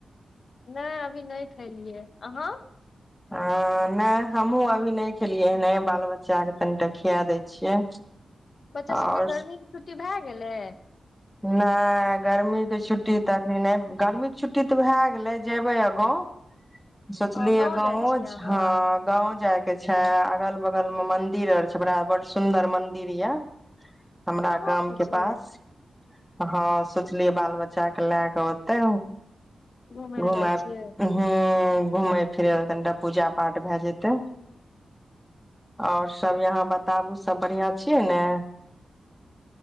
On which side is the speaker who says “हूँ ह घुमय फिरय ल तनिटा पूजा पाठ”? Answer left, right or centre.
Centre